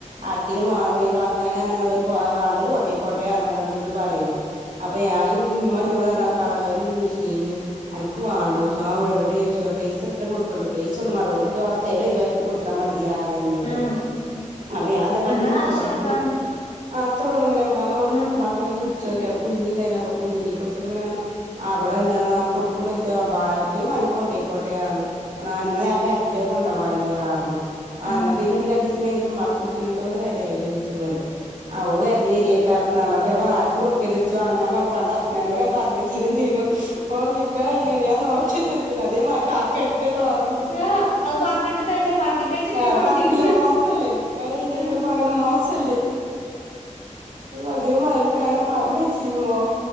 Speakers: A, on the right (about 85°); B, on the left (about 80°).
A: ആർക്കെങ്കിലു വേ ഒഴിവാക്കാൻ ന്ന് വേണ്ടവര് കൊണ്ട്യക്കോട്ടെ <unintelligible> അങ്ങനെണ്ട് പറയണ് അപ്പാ ഞാൻ ഉമ്മ എന്നോട് പറഞ്ഞ് കളങ്കാവലിണ്ട് മിഷീൻ അനക്കും ണോ വെച്ചോ ആ ഉഴവിടി വെച്ചോ പൈസ എത്ര കൊടുക്കണ്ട് പൈസ ഒന്ന് മളകോൽക്ക അവസ്ഥയാലോ ഒഴിവാക്കി കൊടുത്താൽ മതിയാറ അഞ്ഞോട്
B: ആഹ്
A: അപ്പ ഞാനിതേമാർക്ക്‌
B: നമ്മളെ
A: മൂത്തമ്മാക്ക്
B: ആവശ്യങ്ങൾക്കാ
A: വുൾ ആഹ് അത്രള്ളൂ പിന്നം മാമ മൂത്തമ്മാക്ക്
B: ആഹ്
A: ങ്ങനെ വിളി ക്കി അപ്പ കുഞ്ഞിണ്ടായിനു കുഞ്ഞിറ്റീക്ക് വിളിച്ചപ്പോങ്ങനെ പറഞ്ഞു ബടെണ്ട് പറഞ്ഞു ആ കൊട് കൊണ്ടവച്ച ആർക്കുവേണങ്കിലു കൊണ്ടയിക്കോട്ടെന്ന് ആഹ് എന്ന ഞാൻ വരണ്ട് കൊണ്ട പോവാന് ക അന്ന
B: ആഹ്
A: പിന്നെ രണ്ട് ദിവസം കഴിഞ്ഞിട്ട് ഉമ്മക്ക് വിളിച്ചിണ്ടായിരുന്ന് എന്തോള് വരായിനി ചേയ്യിചിക്കാണ്ട് ആ ഓള് വരില്ല കാരണെന്ത ആർക്കും കൊടുക്കരുത് <unintelligible> ഹസ്നാനോട് പറഞ്ഞിയിച്ചിരുന്നു ഓൾ നിക് ടി അതേയ് ഞാൻ നോക്കിവെച്ചതേയ്ന്നു പറഞ്ഞു അതെ മാരി ആക്കര്തട്ടോ പറഞ്ഞു
B: ആഹ് അത് പറഞ്ഞിട്ടുണ്ടായില്ല പറഞ്ഞിക്കടിച്ച് പിന്നെ
A: ആഹ് അത്
B: കൊടുത്തിരുന്നില്ല
A: പറഞ്ഞിട്ടില്ല മോസല്ലേ നിക്കാഹ് കഴിഞ്ഞേക്ക്നന്നേ
B: ഉം
A: പറീണത് മോസല്ലേ അതേ മാരിക്ക് ക്കങ്ങനെ പറഞ്ഞെച്ചീഞ്ഞുമോ